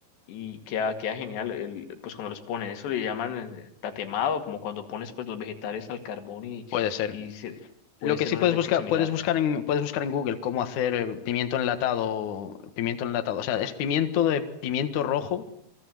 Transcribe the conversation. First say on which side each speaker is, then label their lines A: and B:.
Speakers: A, on the left; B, on the left.
A: y queda, queda genial el, pues cuando los ponen. Eso le llaman eh, tatemado, como cuando pones pues los vegetales al carbón y,
B: Puede ser.
A: y se- puede
B: Lo que
A: ser
B: sí
A: un
B: puedes
A: efecto
B: buscar,
A: similar.
B: puedes buscar en, puedes buscar en Google cómo hacer eh, pimiento enlatado, pimiento enlatado, o sea, es pimiento de pimiento rojo,